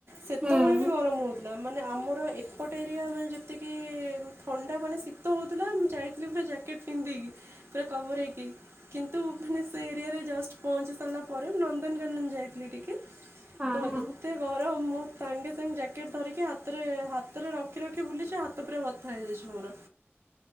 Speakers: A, on the right; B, on the right.
A: ସେତବେଳେ
B: ହୁଁ।
A: ବି ଗରମ ହଉ ନା ମାନେ ଆମର ଏପଟେ ଏରିଆ ମାନେ ଯେତିକି ଥଣ୍ଡା ମାନେ ଶୀତ ହଉଥୁଲା ମୁଁ ଯାଇ। ପୁରା ଜ୍ୟାକେଟ ପିନ୍ଧିକି। ଉପରେ କଭର ହେଇକି କି ତୁ ମାନେ ସେ ଏରିଆରେ ଜଷ୍ଟ ପହଞ୍ଚି ସାରିଲା ପରେ ମୁଁ ନନ୍ଦନକାନନ ଯାଇଥିଲି ଟିକେ।
B: ହଁ
A: ତ
B: ହଁ
A: ଏତେ ଗରମ ମୁଁ। ସାଙ୍ଗେ ସାଙ୍ଗେ ଜ୍ୟାକେଟ ଧରିକି ହାତରେ ହାତରେ ରଖି ରଖି ବୁଲିଚି ହାତ ପୁରା ବଥା ହେଇଯାଇଚି ମୋର।